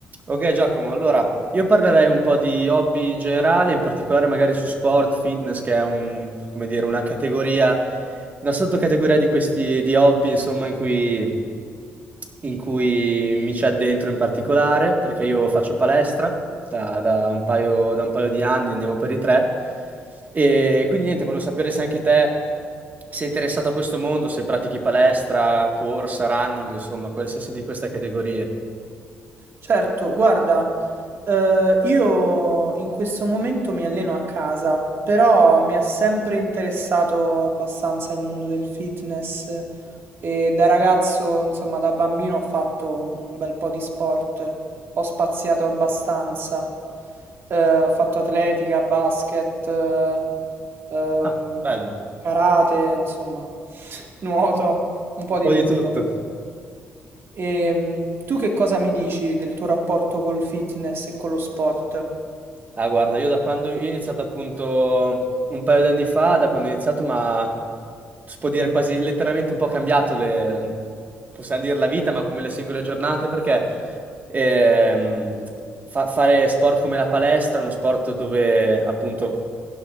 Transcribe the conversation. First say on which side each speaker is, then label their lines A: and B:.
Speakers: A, on the right (about 35°); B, on the right (about 55°).
A: Ok Giacomo, allora io parlerei un po' di hobby in generale, in particolare magari su sport, fitness, che è un, come dire, una categoria, una sottocategoria di questi di hobby, insomma, in cui, in cui mi c'è dentro in particolare, perché io faccio palestra da, da un paio, da un paio di anni, andiamo per i tre. E quindi niente, volevo sapere se anche te sei interessato a questo mondo, se pratichi palestra, corsa, running, insomma, qualsiasi di queste categorie.
B: Certo, guarda, eh, io in questo momento mi alleno a casa, però mi ha sempre interessato abbastanza il mondo del fitness e da ragazzo, insomma, da bambino ho fatto un un bel po' di sport, ho spaziato abbastanza, Eh, ho fatto atletica, basket, eh, ehm,
A: Ah, bello.
B: karate, insomma, <laughs> nuoto, un po'
A: Un po'
B: di tutto.
A: di tutto.
B: E tu che cosa mi dici del tuo rapporto col fitness e con lo sport?
A: Ah, guarda, io da quando io ho iniziato appunto un paio d'anni fa, da quando ho iniziato, ma si può dire quasi letteralmente un po' cambiato le, possiamo dire la vita, ma come le singole giornate, perché ehm, fa- fare sport come la palestra è uno sport dove appunto